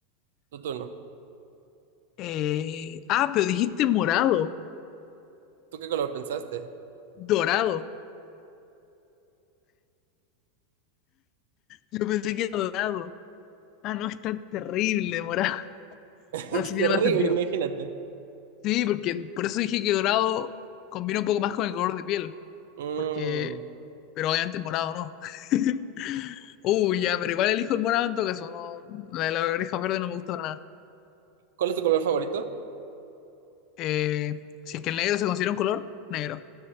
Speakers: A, on the right (about 80°); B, on the left (about 45°).
A: tu turno.
B: Eh, ah, pero dijiste morado,
A: ¿Tú qué color pensaste?
B: dorado. Yo pensé que era dorado. Ah, no, es tan terrible morado. <laughs>
A: <laughs>
B: Ahora
A: Es
B: sí tiene
A: terrible,
B: más sentido.
A: imagínate.
B: Sí, porque por eso dije que dorado combina un poco más con el color de piel.
A: Mm,
B: Porque, pero obviamente morado no. <laughs> Uy, ya, pero igual elijo el morado en todo caso. No, la de las orejas verdes no me gusta para nada.
A: ¿Cuál es tu color favorito?
B: Eh, si es que el negro se considera un color, negro.